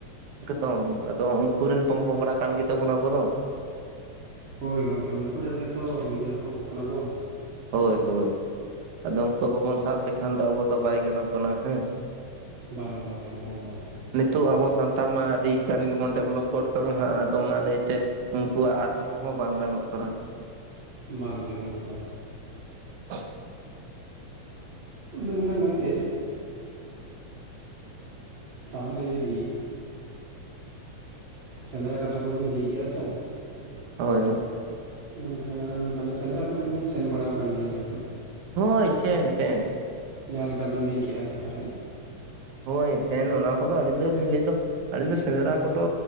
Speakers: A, on the right; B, on the right.
A: ᱮᱠᱫᱚᱢ ᱟᱫᱚᱢ ᱩᱱᱠᱩᱨᱮᱱ ᱯᱚᱝ ᱯᱚᱝᱲᱟ ᱠᱟᱱ ᱜᱮᱛᱟᱵᱚᱱᱟ ᱟᱵᱚ ᱫᱚ
B: ᱦᱳᱭ ᱜᱚᱝᱠᱮ ᱩᱱᱠᱩ ᱨᱮᱱ ᱜᱮᱛᱚ ᱜᱤᱫᱟᱹᱨ ᱦᱚᱯᱚᱱ ᱠᱚ ᱠᱟᱱᱟ ᱵᱚᱱ᱾
A: ᱦᱳᱭ ᱦᱳᱭ᱾ᱟᱫᱚ ᱩᱱᱠᱩᱣᱟᱜ ᱵᱟᱵᱚᱱ ᱥᱟᱵ ᱞᱮᱠᱷᱟᱱ ᱫᱚ ᱟᱵᱚ ᱫᱚ ᱵᱟᱭ ᱜᱟᱱᱚᱜ ᱠᱟᱱᱟ ᱦᱮᱸ
B: ᱵᱟᱝ ᱵᱟᱝ ᱮᱠᱫᱚᱢ ᱵᱟᱝ
A: ᱱᱤᱛᱳᱜ ᱟᱵᱚ ᱥᱟᱱᱛᱟᱲ ᱢᱟ ᱟᱹᱰᱤ ᱜᱟᱱ ᱜᱮ ᱵᱚᱱ ᱰᱮᱵᱷᱞᱚᱯ ᱜᱚᱫ ᱠᱟᱜᱼᱟ ᱦᱟᱸᱜ ᱟᱫᱚ ᱚᱱᱟ ᱞᱟᱹᱭᱛᱮ ᱩᱱᱠᱩᱣᱟᱜ ᱟᱫ ᱦᱚᱸ ᱦᱚᱸ ᱵᱟᱝ ᱜᱟᱱᱚᱜ ᱠᱟᱱᱟ᱾
B: ᱵᱟᱝ ᱜᱮ ᱜᱚᱢᱠᱮ ᱵᱟ
A: <unintelligible>
B: ᱢᱮᱱᱠᱷᱟᱱ ᱜᱚᱢᱠᱮ ᱛᱟᱦᱚᱞᱮ ᱡᱩᱫᱤ ᱥᱮᱸᱫᱽᱨᱟ ᱠᱟᱛᱷᱟ ᱠᱚ ᱵᱤᱱ ᱞᱟᱹᱭ ᱠᱮᱭᱟ ᱛᱚ᱾
A: ᱦᱳᱭ ᱦᱳᱭ
B: ᱢᱮᱱᱠᱷᱟᱱ ᱛᱟᱦᱚᱞᱮ ᱥᱮᱸᱫᱽᱨᱟ ᱠᱚᱫᱚᱵᱤᱱ ᱥᱮᱱ ᱵᱟᱲᱟ ᱟᱠᱟᱱ ᱜᱮᱭᱟ ᱦᱳᱭᱛᱚ
A: ᱦᱳᱭ ᱥᱮᱱ ᱥᱮᱱ
B: ᱡᱟᱦᱟᱸ ᱞᱮᱠᱟ ᱵᱤᱱ ᱞᱟᱹᱭ ᱠᱮᱫᱮᱜ-ᱟ ᱠᱟᱛᱷᱟ ᱨᱮ
A: ᱦᱳᱭ ᱥᱮᱱ ᱚᱱᱟ ᱠᱚᱫᱚ ᱟᱹᱞᱤᱧ ᱫᱚᱞᱤᱧ ᱞᱟᱹᱭ ᱫᱚ ᱟᱹᱞᱤᱧ ᱫᱚ ᱥᱮᱸᱫᱽᱨᱟ ᱠᱚᱫᱚ